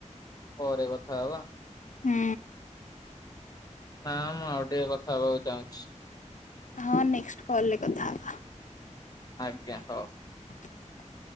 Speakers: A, on the left; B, on the left.
A: ପରେ କଥା ହବା।
B: ହୁଁ।
A: ହଁ ମୁଁ ଆଉ ଟିକେ କଥା ହବାକୁ ଚାହୁଁଛି।
B: ହଁ ନେକ୍ସଟ କଲରେ କଥା ହବା।
A: ଆଜ୍ଞା ହଉ।
B: ହ <unintelligible>